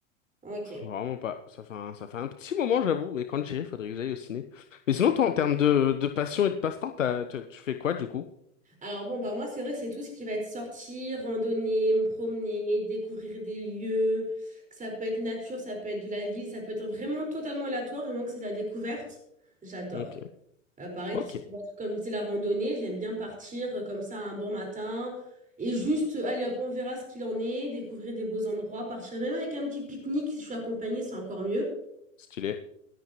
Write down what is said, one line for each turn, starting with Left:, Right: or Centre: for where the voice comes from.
Right: Ok.
Left: Vraiment pas. Ça fait un, ça fait un petit moment, j'avoue. Et quand j'irai, faudrait que j'aille au ciné. Mais sinon, toi, en termes de, de passion et de passe-temps, t'as- tu tu fais quoi, du coup?
Right: Alors bon, bah moi, c'est vrai que c'est tout ce qui va être sortir, randonner, me promener, découvrir des lieux, que ça peut être nature, ça peut être de la ville, ça peut être vraiment totalement aléatoire, du moment que c'est de la découverte, j'adore.
Left: Ok.
Right: Euh, pareil,
Left: Ok.
Right: tout ce qui va être, comme je disais, la randonnée, j'aime bien partir euh, comme ça un bon matin et juste, euh, allez hop, on verra ce qu'il en est, découvrir des beaux endroits, partir même avec un petit pique-nique, si je suis accompagnée, c'est encore mieux.
Left: Stylé.